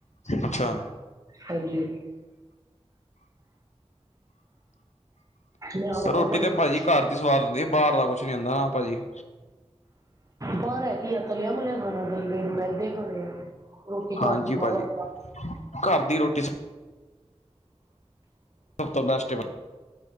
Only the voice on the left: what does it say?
ਅੱਛਾ।
ਰੋਟੀ
ਤੇ
ਭਾਜੀ ਘਰ ਦੀ ਸਵਾਦ ਹੁੰਦੀ ਬਾਹਰ ਦਾ ਕੁਛ ਨੀ ਹੁੰਦਾ ਭਾਜੀ।
ਹਾਂਜੀ
ਭਾਜੀ ਘਰ ਦੀ ਰੋਟੀ ਸਭ ਤੋਂ ਬੈਸਟ